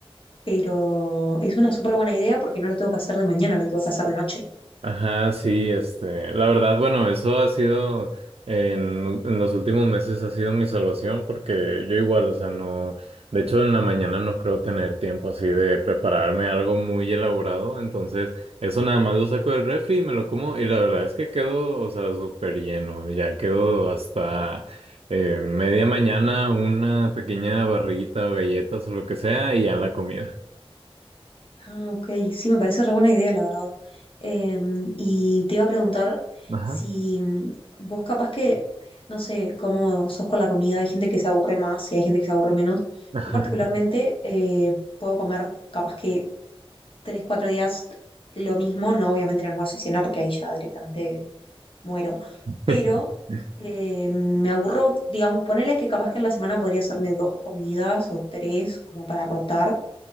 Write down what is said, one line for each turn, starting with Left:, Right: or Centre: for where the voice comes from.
Left: Pero es una súper buena idea porque no lo tengo que hacer de mañana, lo tengo que hacer de noche.
Right: Ajá, sí, este, la verdad, bueno, eso ha sido en, en los últimos meses ha sido mi salvación porque yo igual, o sea, no, de hecho en la mañana no creo tener tiempo así de prepararme algo muy elaborado, entonces eso nada más lo saco del refri y me lo como y la verdad es que quedo, o sea, súper lleno, ya quedo hasta eh, media mañana una pequeña barrita o galletas o lo que sea y ya en la comida.
Left: Ah, ok, sí, me parece re buena idea, la verdad. Em, y te iba a preguntar
Right: Ajá.
Left: si mm, vos capaz que, no sé, cómo sos con la comida, hay gente que se aburre más y hay gente que se aburre menos.
Right: Ajá.
Left: Yo particularmente eh, puedo comer capaz que tres, cuatro días lo mismo, no obviamente en almuerzo y cena, porque ahí ya directamente muero, pero
Right: <laughs>
Left: eh, me aburro, digamos, ponele que capaz que en la semana podría hacerme dos comidas o tres como para rotar